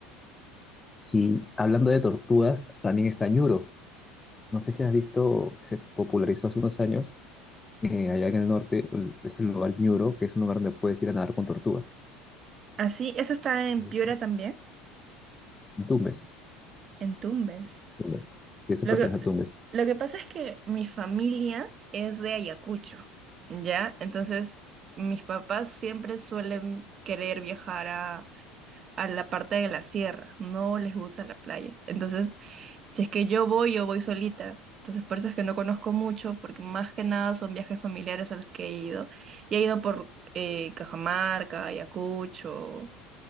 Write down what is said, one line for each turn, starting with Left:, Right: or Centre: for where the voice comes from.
Left: Sí, hablando de tortugas, también está Ñuro. No sé si has visto, se popularizó hace unos años, eh, allá en el norte, el- este lugar Ñuro, que es un lugar donde puedes ir a nadar con tortugas.
Right: Así, eso está en
Left: En
Right: Piura también,
Left: Tumbes,
Right: en Tumbes.
Left: Tumbes. Sí, eso
Right: Lo
Left: pertenece
Right: que,
Left: a Tumbes.
Right: lo que pasa es que mi familia es de Ayacucho, ¿ya? Entonces, mis papás siempre suelen querer viajar a a la parte de la sierra, no les gusta la playa. Entonces, si es que yo voy, yo voy solita. Entonces, por eso es que no conozco mucho, porque más que nada son viajes familiares a los que he ido. Y he ido por eh, Cajamarca, Ayacucho,